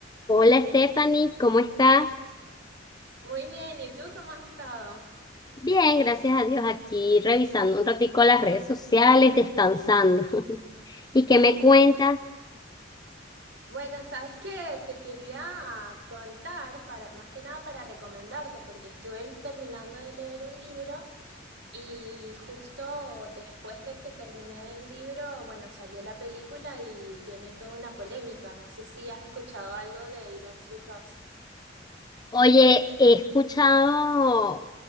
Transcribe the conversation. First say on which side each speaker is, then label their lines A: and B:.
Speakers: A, on the left (about 20°); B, on the right (about 65°).
A: Hola Stephanie, ¿cómo estás?
B: Muy bien, ¿y tú cómo has estado?
A: Bien, gracias a Dios, aquí revisando un ratico las redes sociales, descansando. <laughs> ¿Y qué
B: Ay,
A: me cuentas?
B: qué buena. Bueno, sabes que te quería contar para, más que nada para recomendarte, porque estuve terminando de leer un libro y justo después de que terminé el libro, bueno, salió la película y tiene toda una polémica. No sé si has escuchado algo de Irene Suizos.
A: Oye, he escuchado